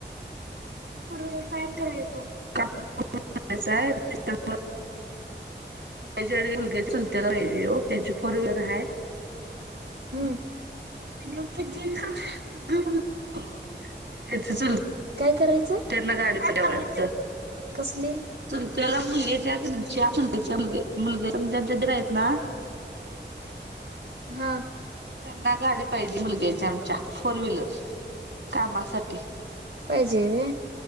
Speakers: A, on the right; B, on the right.
A: पूर्वे काय करायचं. <unintelligible> <unintelligible> त्याच्याकडे मुलग्याची सुलत्याला पाहिजे हो त्याची फोर व्हीलर आहे.
B: हम्म.
A: <unintelligible>
B: काय करायचं?
A: त्यांना गाडी पहिल्या वाढतं.
B: कसली
A: चुलत्याला मुलगी येत्या का नाय चुलत्याच्या मुलगी आहे मुलग्या समजा <unintelligible> आहेत ना
B: हां.
A: त्यांना गाडी पाहिजे मुलग्याच्या आमच्या फोर व्हीलर कामासाठी.
B: पाहिजे वे.